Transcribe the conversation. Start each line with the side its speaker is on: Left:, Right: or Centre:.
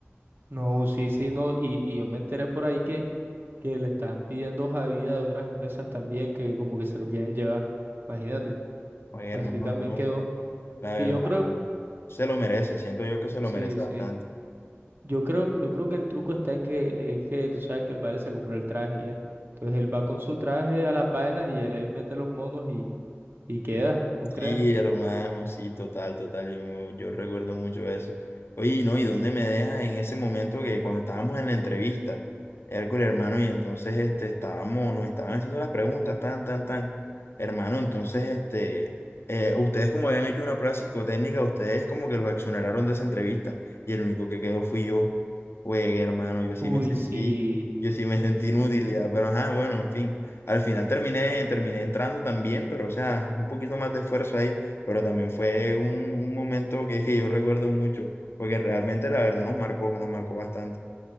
Right: No, sí, sí, no, y, y yo me enteré por ahí que, que le están pidiendo hoja de vida de otras empresas también, que como que se lo quieren llevar, imagínate,
Left: Oye,
Right: así
Left: hermano,
Right: también
Left: no,
Right: quedó,
Left: la
Right: que
Left: verdad,
Right: yo creo,
Left: se lo merece, siento yo que se lo
Right: sí,
Left: merece
Right: sí.
Left: bastante.
Right: Yo creo, yo creo que el truco está en que, es que tú sabes que el vale se compró el traje y ya. Entonces él va con su traje a las vainas y él ahí mete los monos y, y queda, no creas.
Left: Sí, hermano, sí, total, total, yo, me- yo recuerdo mucho eso. Oye, ¿no? ¿Y dónde me dejas en ese momento que cuando estábamos en la entrevista, Hércules, hermano, y entonces, este, estábamos, nos estaban haciendo las preguntas, tan, tan, tan. Hermano, entonces, este, eh, ustedes como habían hecho una prueba psicotécnica, ustedes como que los exoneraron de esa entrevista, y el único que quedó fui yo. Güey, hermano, yo sí
Right: Uy,
Left: me sentí,
Right: sí,
Left: yo sí me sentí
Right: sí,
Left: inútil,
Right: sí.
Left: ya, pero ajá, bueno, en fin. Al final terminé, terminé entrando también, pero o sea, un poquito más de esfuerzo ahí, pero también fue un, un momento que, <laughs> que yo recuerdo mucho, porque realmente la verdad nos marcó, nos marcó bastante.